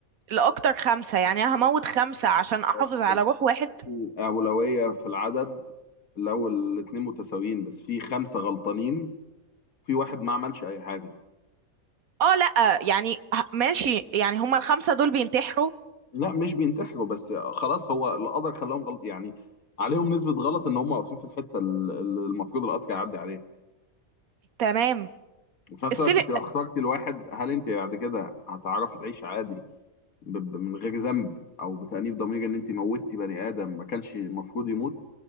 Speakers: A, on the right; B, on the left.
A: لأكتر خمسة يعني أنا هموت خمسة عشان أحافظ
B: بس
A: على روح واحد
B: الاولويه في العدد لو الاتنين متساويين بس في خمسه غلطانين في واحد ما عملش اي حاجه
A: اه لأ يعني ه- ماشي يعني هما الخمسة دول بينتحروا
B: لا مش بينتحروا بس خلاص هو القدر خلاهم غلط يعني عليهم نسبة غلط ان هم واقفين في الحتة اللي المفروض القطر يعدي عليها
A: تمام
B: وفي نفس
A: السيل
B: الوقت انت لو اخترتي الواحد هل انت بعد كده هتعرفي تعيشي عادي ب- ب- من غير ذنب او بتأنيب ضمير ان انت موتي بني ادم ما كانش المفروض يموت